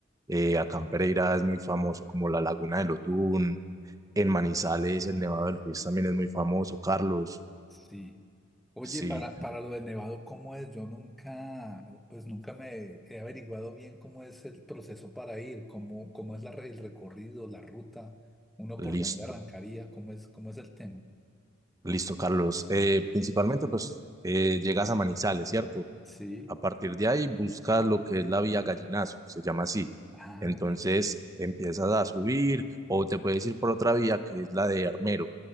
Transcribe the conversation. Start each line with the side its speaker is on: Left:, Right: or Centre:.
Right: Eh, acá en Pereira es muy famoso como la Laguna del Otún. En Manizales, el Nevado del Ruiz también es muy famoso. Carlos,
Centre: sí. Oye,
Right: sí,
Centre: para, para lo de Nevado, ¿cómo es? Yo nunca, pues nunca me he averiguado bien cómo es el proceso para ir, cómo, cómo es la, re- el recorrido, la ruta, uno
Right: listo,
Centre: por dónde arrancaría, cómo es, cómo es el tema.
Right: listo, Carlos. Eh, principalmente, pues, eh, llegas a Manizales, ¿cierto?
Centre: Sí.
Right: A partir de ahí buscas lo que es la vía Gallinazo, se llama así.
Centre: Ah,
Right: Entonces
Centre: bien.
Right: empiezas a subir o te puedes ir por otra vía que es la de Armero.